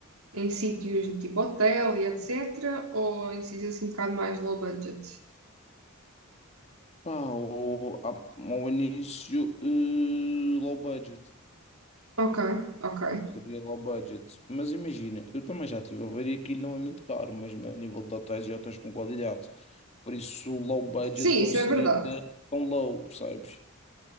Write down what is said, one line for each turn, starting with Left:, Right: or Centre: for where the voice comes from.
Right: em sítios tipo hotel e etc. Ou em sítios assim um bocado mais low budget?
Left: Pá, ao, ao início, eh, low budget.
Right: Ok, ok.
Left: Seria low budget. Mas imagina, eu também já estive a ver e aquilo não é muito caro, mesmo a nível de hotéis e hotéis com qualidade. Por isso, o low budget
Right: Sim,
Left: não
Right: isso
Left: seria
Right: é verdade.
Left: tão low, percebes?